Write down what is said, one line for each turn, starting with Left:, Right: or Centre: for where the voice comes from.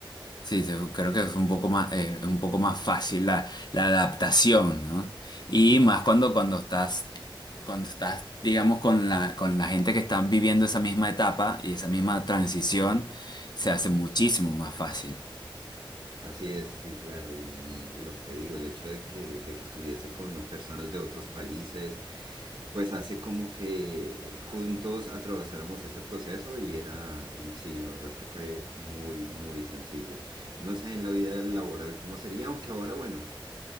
Left: Sí, te- creo que es un poco más, eh, un poco más fácil la, la adaptación, ¿no? Y más cuando, cuando estás, cuando estás, digamos, con la, con la gente que está viviendo esa misma etapa y esa misma transición, se hace muchísimo más fácil.
Right: Así es, sí, claro. Y, y lo que te digo, el hecho de que, de que estuviese con personas de otros países, pues hace como que juntos atravesáramos ese proceso y era, y sí, la verdad es que fue muy, muy sencillo. No sé en la vida laboral cómo sería, aunque ahora, bueno,